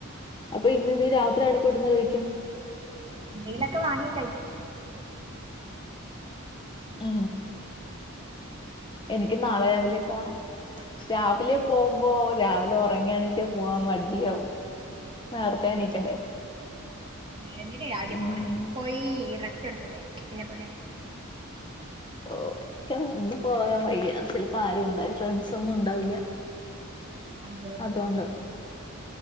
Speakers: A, on the left; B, on the right.
A: അപ്പൊ ഇന്ന് നീ രാത്രി അടപോയിട്ട് എന്താ കഴിക്കും
B: എന്തെങ്കിലൊക്കെ വാങ്ങി കഴിക്കും
A: ഏ എനിക്ക് നാളെ രാവിലെ പോണം പക്ഷെ രാവിലെ പോമ്പോ രാവിലെ ഒറങ്ങിഎണീറ്റ് പോവാൻ മട്യാവും നേർത്തെ എണീക്കണ്ടേ
B: എന്തിനാ രാവിലെ
A: ഉം
B: പോണേ പോയി റെസ്റ്റെട്ത്തൂടെ എന്നെ പോലെ
A: ഓക്കെ പോകാൻ വയ്യ ചെൽപ്പോ ആരും ഉണ്ടാവില്ല ഫ്രണ്ട്സൊന്നും ഉണ്ടാവില്ല
B: അതെ
A: അതുകൊണ്ട്